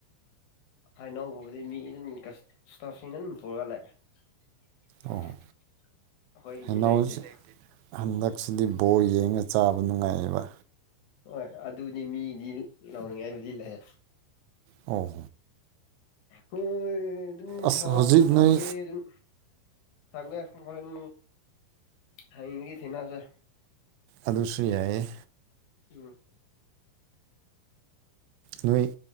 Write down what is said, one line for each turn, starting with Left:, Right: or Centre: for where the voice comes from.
Left: ꯍꯥꯏꯅꯧꯒꯨꯝꯕꯗꯤ ꯃꯤ ꯏꯅ ꯏꯁꯇꯥꯐꯁꯤꯡ ꯅ ꯄꯨꯔꯒ ꯂꯥꯛꯑꯦ ꯑꯩꯈꯣꯏꯒꯤꯗꯤ
Right: ꯑꯣ ꯍꯩꯅꯧꯁꯦ
Left: ꯂꯩꯇꯦꯗ
Right: ꯍꯟꯗꯛꯁꯤꯗꯤ ꯕꯣꯜ ꯌꯦꯡꯉ ꯆꯥꯕ ꯅꯨꯡꯉꯥꯏꯌꯦꯕ
Left: ꯍꯣꯏ ꯑꯗꯨꯗꯤ ꯃꯤꯗꯤ ꯂꯧꯎꯅꯤꯡꯉꯥꯏꯕꯨꯗꯤ ꯂꯩꯌꯦ
Right: ꯑꯣ
Left: ꯍꯣꯏ ꯑꯗꯨꯝ
Right: ꯑꯁ
Left: ꯊ
Right: ꯍꯧꯖꯤꯛ
Left: ꯊꯝꯒꯦ
Right: ꯅꯣꯏ
Left: ꯑꯗꯨꯝ ꯊꯝꯒꯦ ꯍꯣꯔꯦꯟ ꯍꯌꯦꯡꯗꯒꯤ ꯊꯦꯡꯅꯁꯦ
Right: ꯑꯗꯨꯁꯨ ꯌꯥꯏꯌꯦ
Left: ꯎꯝ
Right: ꯅꯣꯏ